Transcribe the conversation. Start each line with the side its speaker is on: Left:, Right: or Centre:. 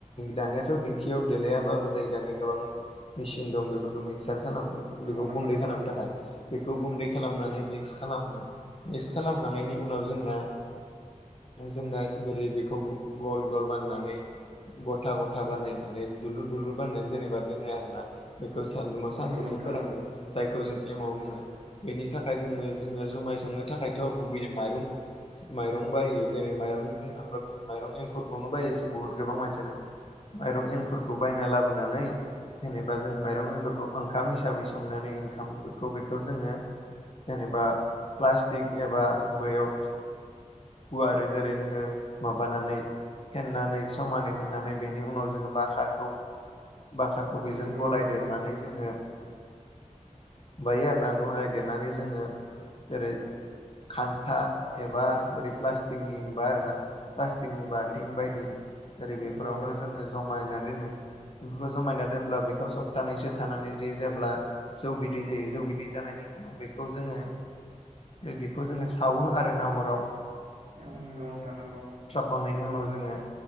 Left: दानियाथ दिंखियाव देलायाबाबो जायो दानिया गोबां मेसिन दं बेफोरखौ मिक्सार आसाराम बेखौ
Right: औ नंगौ
Left: गुन्दै
Right: नोंथां
Left: खालामनो
Right: नंगौ
Left: थाखाय बेखौ बे खालामनानै मिक्स खालामो मिक्स खालामखांनायनि उनाव जोंना जोंना जेरै बेखौ गल गल बाननानै गथा गथा बानायनानै दुलुर दुलुर बाननानै जेनेबा दोनो आरो ना। बेखौ सान्दुंआव
Right: नंगौ
Left: सानसेसो
Right: नोंथां
Left: फोरानो
Right: नंगौ
Left: जायखौ जों एमाव बुङो बेनि थाखाय जोङो जोङो जुमाय संनो थाखायथ गुबैयै माइरं माइरं बायो जेरै माइरं बुंनो थांबा गुबै माइरं एंखुरखौनो बायो बुहुत गोबां मानसियानो। माइरं एंखुरखौ बायना लाबोनानै जेनेबा जों माइरं एंखुरखौ ओंखाम हिसाबै संनानै ओंखामफोरखौ बेखौ जोङो जेनेबा प्लास्टिक एबा बैयाव गुवारै जेरै जोङो माबानानै फेन्नानै समानै फेन्नानै बेनि उनाव जोङो बाखारखौ बाखारखौ बेजों
Right: नंगौ
Left: गलायदेरनानै
Right: नोंथां नंगौ
Left: जोङो बायो आरोना गाहाइ देरनानै जोङो जेरै खान्था एबा जेरै प्लास्टिकनि बार आरोना प्लास्टिकनि बार फटिं बायदि जेरै बेफोरावनो
Right: नंगौ
Left: जोङो जमायना दोनो। बेफोरखौ जमायना दोनब्ला बेखौ सप्तानैसो थानानै जायो जेब्ला जौ बिदै जायो जौ बिदै जानायनि बेखौ जोङो बेखौ जोङो सावो आरो ना अराव।
Right: औ नोंगौ नोंथां नोंगौ।
Left: खांनायनि उनाव जोङो